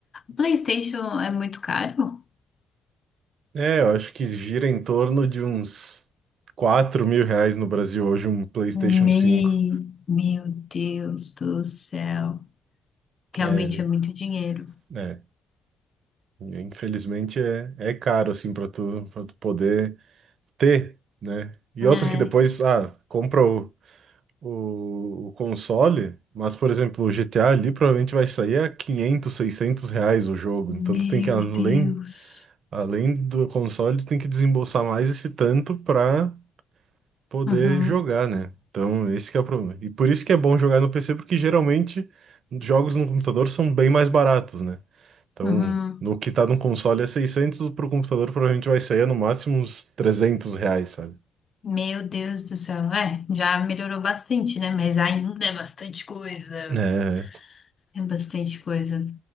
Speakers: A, on the left (about 40°); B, on the right (about 65°).
A: PlayStation é muito caro?
B: É, eu acho que gira em torno de uns quatro mil reais no Brasil hoje um PlayStation
A: Me...
B: cinco
A: Meu Deus do céu. Realmente
B: É, ele,
A: é muito dinheiro.
B: né? Infelizmente é, é caro, assim, para tu, para tu poder ter, né? E outra
A: Ai,
B: que depois, ah, compra o, o, o console, mas, por exemplo, o GTA ali provavelmente vai sair a quinhentos 600 reais o jogo.
A: meu
B: Então tu tem que, além,
A: Deus.
B: além do console, tu tem que desembolsar mais esse tanto para poder
A: Uhum,
B: jogar, né? Então, esse que é o problema. E por isso que é bom jogar no PC, porque geralmente jogos no computador são bem mais baratos, né? Então,
A: uhum.
B: no que tá no console é 600, pro computador provavelmente vai sair no máximo uns 300 reais, sabe?
A: Meu Deus do céu. É, já melhorou bastante, né? Mas ainda é bastante coisa.
B: É,
A: É bastante coisa.